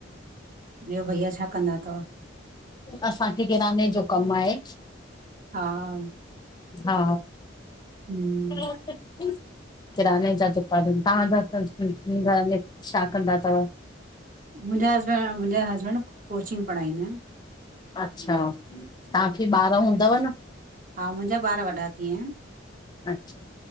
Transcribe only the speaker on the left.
असांखे किराने जो कम आहे।
हा
किराने जा दुकान आएन, तव्हांजा घर में छा कंदा अथव?
अच्छा तव्हांखे ॿार हूंदव न
अच्छा